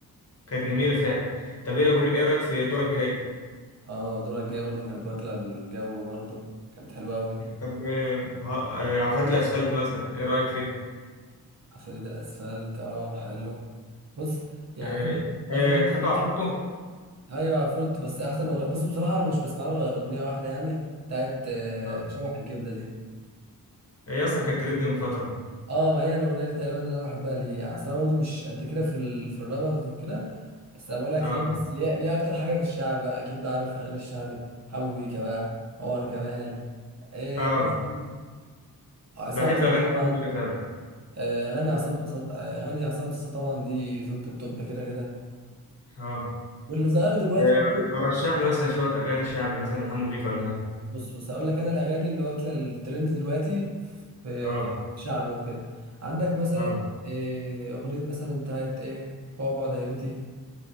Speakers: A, on the left; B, on the right.
A: كانت جميله فعلا طب ايه أقول- ايه رايك في دورك جاي
B: اه دورك الجاية برضو كانت واكلة الجو برضو كانت حلوة أوي
A: طب آم، ها- آه، عفاريت الاسفلت مثلا ايه رايك فيها
B: عفاريت الأسفلت اه حلو بص يعني
A: آه،
B: عندك مثلا
A: آه، تحب عفروتو
B: أيوة عفروت بس أحسن أغنية بص بصراحة مش بسمع لها غير أغنية واحدة يعني بتاعت آه،
A: آه.
B: شوح الجبدة دي
A: هي اصلا كانت ترند من فتره
B: اه ما هي الاغنيه دي تقريبا اللي انا بحبها ليه يعني أصل انا برضه مش قد كده في ال... في الرابرز وكده بس انا بقول لك
A: اه
B: ليه بس ليه ليه اكتر حاجه في الشعب بقى اكيد بعرف اغاني الشعبي حمو بيكا بقى عمر كمال إيه
A: اه
B: الناس دي آه، عصام
A: بحب
B: صاصا
A: اغاني
B: طبعا
A: حمو بيكا فعلا
B: آه، اغاني عصام صاصا- آه، اغاني عصام صاصا طبعا دي توب التوب كده كده
A: اه
B: واللي ظاهر دلوقتي
A: آه،
B: برضه
A: رشح لي مثلا شويه اغاني شعبي مثلا لحمو بيكا ولا حاجه
B: بص بص هقول لك انا الاغاني اللي واكله الترند دلوقتي في
A: اه
B: شعبي وكده عندك مثلا
A: اه
B: إيه اغنيه مثلا بتاعت ايه بابا دايرتي